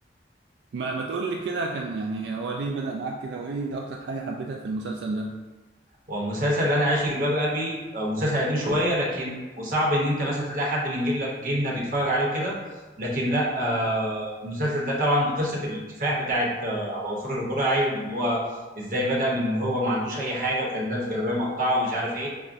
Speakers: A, on the right; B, on the right.
A: ما ما تقول لي كده كان يعني هو ليه بدأ معاك كده وإيه أكتر حاجة حبيتها في المسلسل ده؟
B: ومسلسل اللي انا عايش في جلباب ابي آه، مسلسل قديم شويه لكن وصعب ان انت مثلا تلاقي حد من جيل جيلنا بيتفرج عليه وكده لكن لا آه
A: مم.
B: المسلسل ده طبعا قصه الكفاح بتاعت آه عبد الغفور البرعي وان هو ازاي بدا من إن هو ما عندوش اي حاجه وكان لابس جلابيه مقطعه ومش عارف ايه